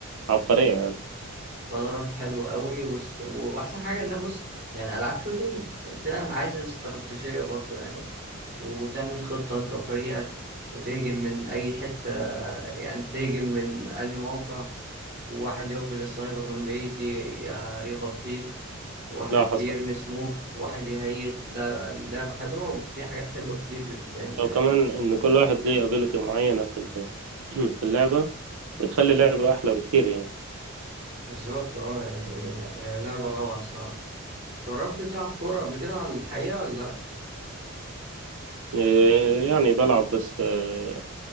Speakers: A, on the right; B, on the right.
A: عبقرية يعني
B: فالورانت حلو قوي وست... وأحسن حاجة إن أنا بص يعني ألعاب شوتينج وبتلعب عايزة استراتيجية برضه يعني وتعمل خطة أنت وفريقك وتهجم من أي حتة يعني تهجم من أي موقع وواحد يقبل السنايبر من بعيد ي- يغطيك واحد
A: لا حصل
B: يرمي سموك واحد يهيل لا لا اللعبة حلوة وفي حاجات حلوة كتير بتتعمل
A: لو
B: يعني
A: كمان ان كل واحد ليه ابيلتي معينة في ال... <clears throat> في اللعبة بتخلي اللعبة احلى بكتير يعني
B: بالظبط اه يعني آه، لعبة روعة الصراحة جربت تلعب كورة قبل كده على الحقيقة ولا لأ؟
A: إيه يعني بلعب بس آه،